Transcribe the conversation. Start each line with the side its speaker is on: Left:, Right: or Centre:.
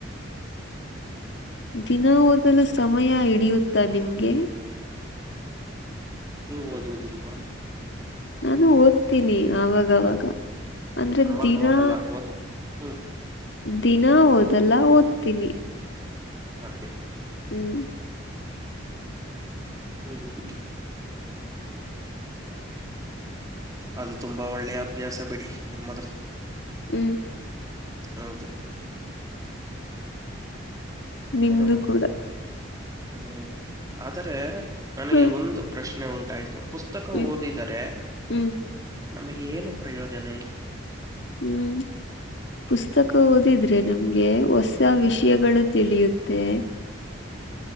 Left: ದಿನ ಓದಲು ಸಮಯ ಹಿಡಿಯುತ್ತಾ ನಿಮ್ಗೆ.
Right: ನೀವು ಓದುವುದಿಲ್ವಾ.
Left: ನಾನು ಓದ್ತೀನಿ ಆವಾಗವಾಗ ಅಂದ್ರೆ
Right: ಅವಾಗವಾಗೆಲ್ಲ
Left: ದಿನಾ.
Right: ಓದ್ ಹ್ಮ್.
Left: ದಿನ ಓದಲ್ಲ ಓದ್ತೀನಿ.
Right: ಹಾಗೆ
Left: ಹ್ಮ್
Right: ಹ್ಮ್ ಹ್ಮ ಅದು ತುಂಬಾ ಒಳ್ಳೆಯ ಅಭ್ಯಾಸ ಬಿಡಿ ನಿಮ್ಮದು.
Left: ಹ್ಞೂ
Right: ಹೌದು
Left: ನಿಮ್ದು
Right: ಬರ್
Left: ಕೂಡ
Right: ಹ್ಮ್ ಆದರೆ ನನಗೆ
Left: ಹ
Right: ಒಂದು. ಪ್ರಶ್ನೆ ಉಂಟಾಯ್ತು ಪುಸ್ತಕ
Left: ಹ್ಮ್
Right: ಓದಿದರೆ
Left: ಹ್ಮ್
Right: ನಮಗೆ ಏನು ಪ್ರಯೋಜನೆ?
Left: ಹ್ಮ್ ಪುಸ್ತಕ ಓದಿದ್ರೆ ನಮ್ಗೆ ಹೊಸ ವಿಷಯಗಳು ತಿಳಿಯುತ್ತೆ.